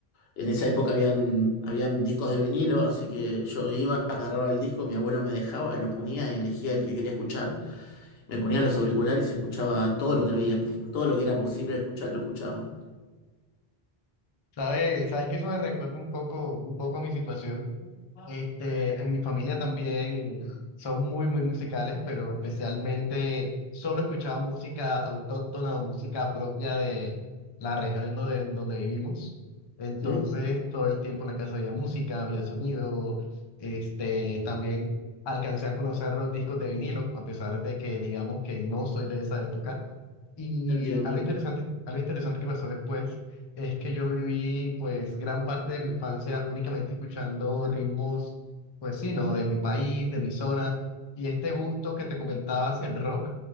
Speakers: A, on the left; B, on the left.
A: En esa época habían, habían discos de vinilo, así que yo iba, agarraba el disco, mi abuelo me dejaba, lo ponía, elegía el que quería escuchar, me ponía los auriculares y escuchaba todo lo que había, todo lo que era posible escuchar, lo escuchaba.
B: ¿Sabes? ¿Sabes que eso me recuerda un poco, un poco a mi situación? Este, en mi familia también son muy, muy musicales, pero especialmente solo escuchaban música autóctona o música propia de la región en donde, en donde vivimos. Entonces,
A: ¿Mm?
B: todo el tiempo en la casa había música, había sonido. Este, también alcancé a conocer los discos de vinilo, a pesar de que digamos que no soy de esa época. Y
A: Entiendo.
B: algo interesante, algo interesante que pasó después es que yo viví pues gran parte de mi infancia únicamente escuchando ritmos, pues sí, ¿no? De mi país, de mi zona. Y este gusto que te comentaba hacia el rock